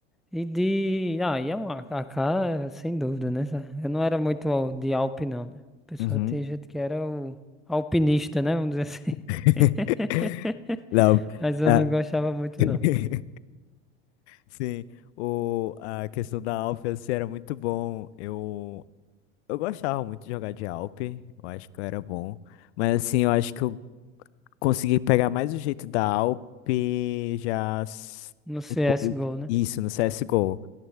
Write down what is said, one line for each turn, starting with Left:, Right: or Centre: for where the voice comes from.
Centre: E de. Ah, e é um AK, sem dúvida, né? sa- Eu não era muito al- de Alpe, não, né? O pessoal
Left: Uhum.
Centre: tem gente que era o alpinista, né? Vamos dizer assim.
Left: <laughs>
Centre: <laughs>
Left: Não.
Centre: Mas eu
Left: ah,
Centre: não gostava muito,
Left: <laughs>
Centre: não.
Left: Sim. O... A questão da Alp assim, era muito bom. Eu... eu gostava muito de jogar de Alp. Eu acho que eu era bom. Mas assim, eu acho que eu consegui pegar mais o jeito da Alp já s-
Centre: No CSGO,
Left: depois.
Centre: né?
Left: Isso, no CSGO.